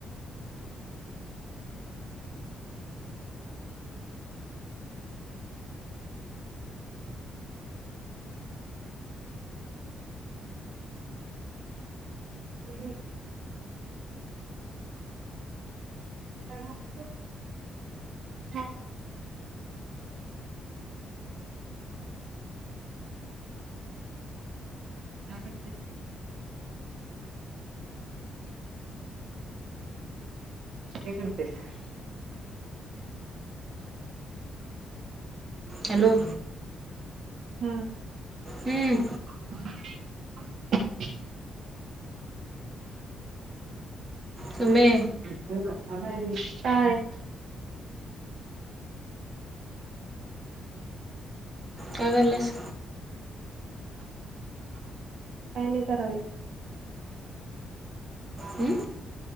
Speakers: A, on the right; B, on the right.
A: <unintelligible> काय <unintelligible> हा काय म्हटलीस? काय करतेस?
B: हॅलो.
A: हा..
B: हुं...
A: <unintelligible>
B: सुमे
A: ह्य फोन काय आलाय व्हंय, काय.
B: काय कराल्यास?
A: काय नाही करालो.
B: हं..